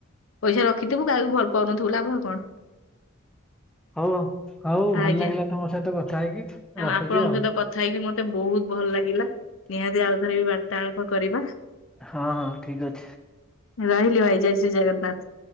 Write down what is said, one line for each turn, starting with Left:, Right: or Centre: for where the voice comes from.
Left: ପଇସା ରଖିଥିବୁ କହାକୁ ଭଲ ପାଉନଥିବୁ ଲାଭ କଣ।
Centre: ହୋଉ ଅ ହୋଉ ଭଲ
Left: ଆଜ୍ଞା।
Centre: ଲାଗିଲା ତମ ସହିତ କଥା ହେଇକି ରଖୁଚି
Left: ଆପଣଙ୍କ
Centre: ଆଉ।
Left: ସହିତ କଥା ହେଇକି ମତେ ବୋହୁତ ଭଲ ଲାଗିଲା ନିହାତି ଆଉଥରେ ବି ବାର୍ତ୍ତାଳାପ କରିବା।
Centre: ହଁ ହଁ ଠିକ ଅଛି।
Left: ରହିଲି ଭାଇ ଜୟ ଶ୍ରୀ ଜଗନ୍ନାଥ।